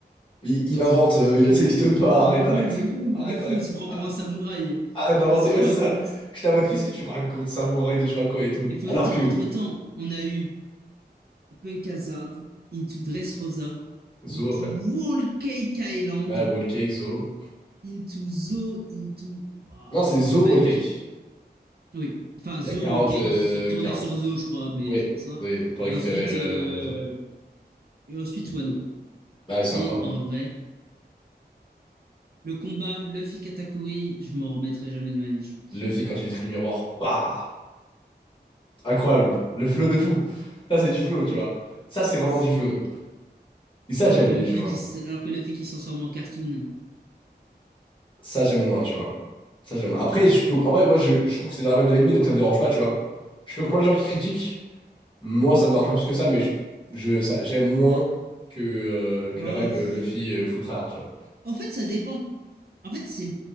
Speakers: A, on the left (about 30°); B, on the right (about 60°).
A: Il,
B: va te
A: il
B: faire
A: invente,
B: foutre,
A: euh,
B: c'est qui
A: il, ça
B: lui?
A: existe pas,
B: Il
A: arrête,
B: il est fou,
A: arrête.
B: il est fou,
A: Arrête,
B: il est fou,
A: arrête.
B: il se prend
A: Ah,
B: pour un samouraï.
A: Arrête d'inventer,
B: Qu'est-ce qu'il
A: ouais,
B: raconte?
A: c'est ça. J'étais en mode, qu'est-ce que tu racontes, samouraï de je sais pas quoi et tout.
B: Il faut
A: Alors
B: se dire,
A: que.
B: entre-temps, on a eu Punk Hazard, Into Dressrosa,
A: Zo
B: Into
A: après.
B: Wall Cake Island,
A: Ouais, Wall Cake, Zo.
B: Into Zo, Into... Waouh,
A: Non, c'est Zo
B: bah,
A: Wall
B: into...
A: Cake.
B: Oui, enfin
A: Il
B: Zo
A: y a carotte,
B: Wall Cake,
A: euh,
B: ensuite se retourner
A: carotte.
B: sur Zo, je crois, mais
A: Oui,
B: c'est pour ça.
A: oui, pour récupérer
B: Et ensuite,
A: euh,
B: euh,
A: Renzo.
B: et ensuite Wano.
A: Bah, ouais, c'est
B: Et
A: incroyable.
B: en vrai, le combat Luffy Katakuri, je m'en remettrai jamais de ma vie, je pense.
A: Luffy, quand il détruit le miroir, bah! Incroyable. Le flow de fou. Ça, c'est du flow, tu vois. Ça, c'est vraiment
B: Ça c'est
A: du flow. Et ça,
B: alors
A: j'aime,
B: que Luffy
A: tu vois.
B: qui s- alors que Luffy qui s'en sort en cartoon.
A: Ça, j'aime moins, tu vois. Ça, j'aime moins. Après, je peux... en vrai, moi, je, je trouve que c'est dans la vibe de l'anime, donc ça me dérange pas, tu vois. Je peux comprendre les gens qui critiquent. Moi, ça me dérange pas plus que ça, mais je, je- ça- j'aime moins que, euh, que
B: Bah,
A: la vibe
B: pff,
A: euh, Luffy euh, full tryhard, tu vois.
B: En fait, ça dépend. En fait, c'est.